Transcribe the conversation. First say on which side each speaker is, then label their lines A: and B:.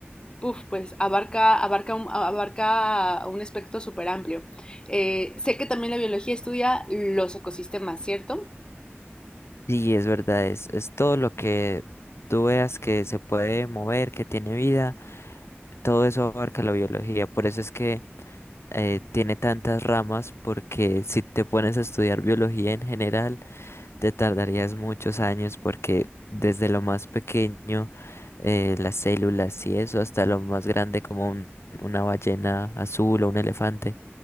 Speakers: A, on the left; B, on the left.
A: Uf, pues abarca, abarca un, a- abarca un espectro súper amplio. Eh, sé que también la biología estudia los ecosistemas, ¿cierto?
B: Sí, es verdad, es, es todo lo que tú veas que se puede mover, que tiene vida, todo eso abarca la biología, por eso es que eh, tiene tantas ramas, porque si te pones a estudiar biología en general, te tardarías muchos años porque desde lo más pequeño, eh, las células y eso, hasta lo más grande como un- una ballena azul o un elefante,